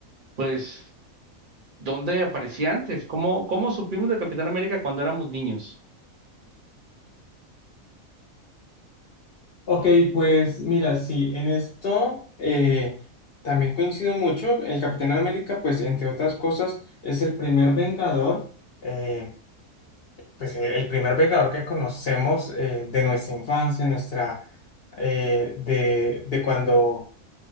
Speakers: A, on the right; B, on the left.
A: pues ¿dónde aparecía antes? ¿Cómo, cómo supimos del Capitán América cuando éramos niños?
B: Ok, pues mira, sí, en esto eh, también coincido mucho. El Capitán América, pues entre otras cosas, es el primer Vengador, eh, pues el, el primer Vengador que conocemos eh, de nuestra infancia, nuestra, eh, de, de cuando